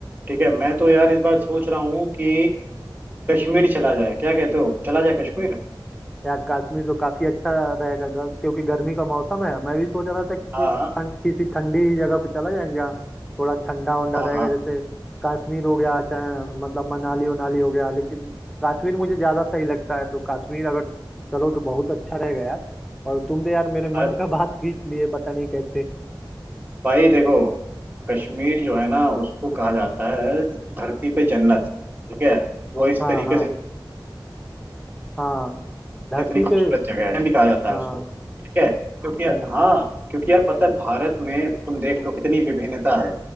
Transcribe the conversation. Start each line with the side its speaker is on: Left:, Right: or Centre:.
Right: ठीक है मैं तो यार इस बार सोच रहा हूँ कि कश्मीर चला जाए क्या कहते हो चला जाए कश्मीर
Centre: यार कश्मीर तो काफी अच्छा रहेगा गर- क्योंकि गर्मी का मौसम है मैं भी सोच रहा था कि कि-
Right: हाँ हाँ
Centre: ठं- किसी ठंडी जगह पे चला जाएगा जहाँ थोड़ा ठंडा वंडा
Right: हाँ
Centre: रहेगा
Right: हाँ
Centre: जैसे कश्मीर हो गया चाहे मतलब मनाली उनाली हो गया लेकिन कश्मीर मुझे ज्यादा सही लगता है तो कश्मीर अगर चलो तो बहुत अच्छा रहेगा यार और तुम तो यार मेरे मन
Right: अरे,
Centre: का बात खींच लिए पता नहीं कैसे
Right: भाई देखो कश्मीर जो है ना उसको कहा जाता है धरती पे जन्नत ठीक है वो इस
Centre: हाँ
Right: तरीके
Centre: हाँ
Right: से
Centre: हाँ धरती
Right: इतनी खूबसूरत
Centre: पे
Right: जगह है भी कहा जाता
Centre: हाँ
Right: है उसको ठीक है क्योंकि
Centre: हम्म,
Right: हाँ क्योंकि यार पता है भारत में तुम देख लो कितनी विभिन्नता है